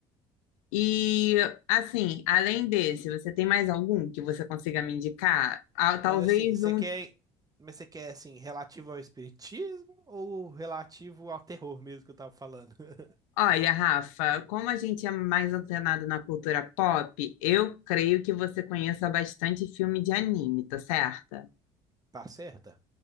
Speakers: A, on the left (about 80°); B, on the right (about 20°).
A: E, assim, além desse, você tem mais algum que você consiga me indicar? Ah, talvez
B: Mas assim, você
A: um.
B: quer. Mas você quer, assim, relativo ao espiritismo ou relativo ao terror mesmo que eu tava falando? <laughs>
A: Olha, Rafa, como a gente é mais antenado na cultura pop, eu creio que você conheça bastante filme de anime, tá certa?
B: Tá certa?